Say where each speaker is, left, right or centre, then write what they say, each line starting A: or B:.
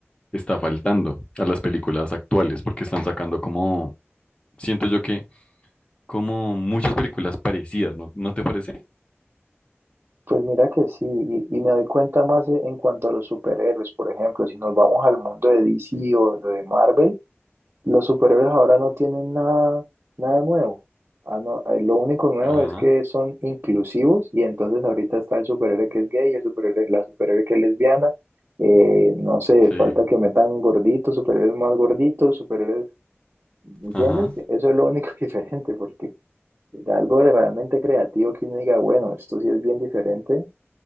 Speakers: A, on the left; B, on the right.
A: está faltando a las películas actuales, porque están sacando como, siento yo que como muchas películas parecidas, ¿no, no te parece?
B: Pues mira que sí, y, y me doy cuenta más en en cuanto a los superhéroes, por ejemplo, si nos vamos al mundo de DC o lo de Marvel, Los superhéroes ahora no tienen nada, nada nuevo. Ah, no, eh, lo único nuevo
A: Ajá,
B: es que son inclusivos y entonces ahorita está el superhéroe que es gay, el superhéroe, la superhéroe que es lesbiana. eh, no sé,
A: sí,
B: falta que metan gorditos, superhéroes más gorditos, superhéroes, ¿entiendes?
A: ajá,
B: Eso es lo único <laughs> diferente, porque algo de realmente creativo que uno diga, bueno, esto sí es bien diferente,